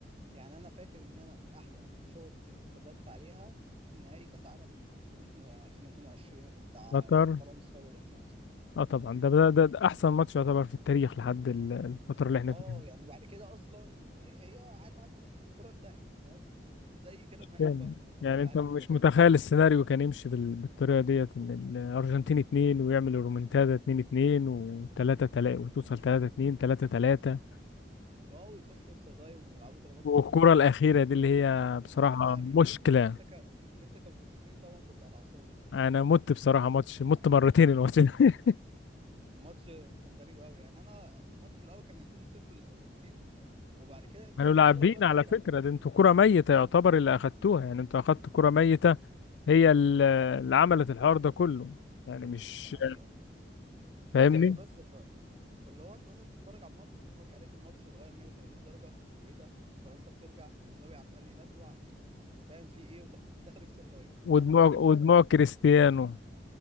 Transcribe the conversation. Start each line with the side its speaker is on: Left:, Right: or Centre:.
Right: يعني انا فاكر ان انا من احلى الماتشات اللي اتفرجت عليها نهائي كاس عالم 2002 2022 بتاع
Left: قطر
Right: فرنسا والارجنتين
Left: اه طبعا ده ده, ده, ده احسن ماتش يعتبر في التاريخ لحد ال- الفترة اللي احنا
Right: اه
Left: فيها
Right: يعني بعد كده اصلا هي, هي عارف عامل الكره انتهت فاهم زي كده نهائي
Left: يعني
Right: القرن مثلا
Left: يعني
Right: الاهلي
Left: انت مش
Right: والزمالك
Left: متخيل السيناريو كان يمشي بال- بالطريقة ديت ان الارجنتين اتنين ويعمل الرومنتادا اتنين اتنين وتلاتة تلاتة وتوصل تلاتة اتنين تلاتة تلاتة
Right: واو يخش اكسترا تايم ويلعبوا ضربات جزاء
Left: والكرة الأخيرة دي اللي هي بصراحة
Right: فانت اكيد
Left: مشكلة
Right: انت انت ك... انت كبرشلوني طبعا كنت على اعصابك
Left: أنا مت بصراحة ماتش مت مرتين الماتش ده <laughs>
Right: الماتش كان غريب قوي يعني انا اصل الماتش في الاول كان 2-0 للارجنتين وبعد كده انت
Left: كانوا
Right: قلت
Left: لاعبين
Right: خلاص بقى كده
Left: على
Right: الارجنتين
Left: فكرة ده انتوا كرة ميتة يعتبر اللي أخدتوها يعني انتوا أخدتوا كرة ميتة هي ال- اللي عملت الحوار ده كله يعني مش
Right: دي حقيقه
Left: فاهمني
Right: دي حقيقه بس ف... فاللي هو انت اصلا بتتفرج على الماتش فجاه لقيت الماتش اتغير 180 درجه وايه ده فرنسا بترجع ومبابي عمال يلسوع ومش فاهم في ايه ودخ... ومدخل اكسترا تايم
Left: ودموع
Right: انا بجد
Left: ودموع
Right: انا
Left: كريستيانو